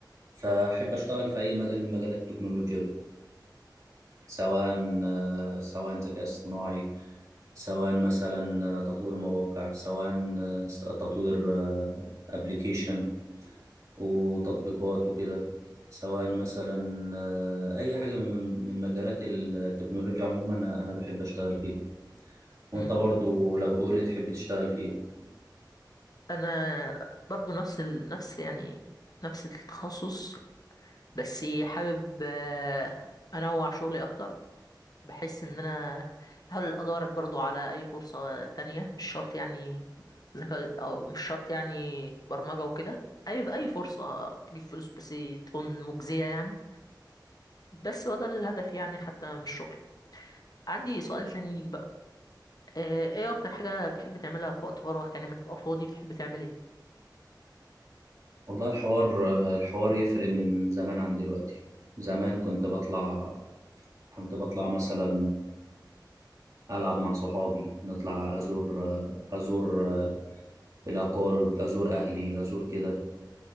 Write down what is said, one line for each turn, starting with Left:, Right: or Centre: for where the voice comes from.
Right: فاحب اشتغل في اي مجال من مجالات التكنولوجيا بقى سواء آه، سواء ذكاء اصطناعي سواء مثلا آه، تطوير مواقع سواء آه، س- تطوير ابلكيشن وتطبيقات وكده سواء مثلا آه، اي حاجة من من مجالات التكنولوجيا عموما انا أنا بحب اشتغل فيها وانت
Left: مم.
Right: برضو لو تقول لي تحب تشتغل في ايه
Left: انا برضو نفس ال... نفس يعني نفس التخصص بس حابب آه، انوع شغلي اكتر بحس ان انا هحاول ادور برضو على اي فرصة تانية مش شرط يعني ذكاء او مش شرط يعني برمجة وكده اي اي فرصة تجيب فلوس بس تكون مجزية يعني بس هو ده الهدف يعني حتى من الشغل عندي سؤال تاني ليك بقى آه، ايه اكتر حاجة بتحب تعملها في وقت فراغك يعني لما تبقى فاضي بتحب تعمل ايه
Right: والله الحوار الحوار يفرق من زمان عن دلوقتي زمان كنت بطلع كنت بطلع مثلا ألعب مع صحابي نطلع أزور أزور الأقارب أزور أهلي أزور كده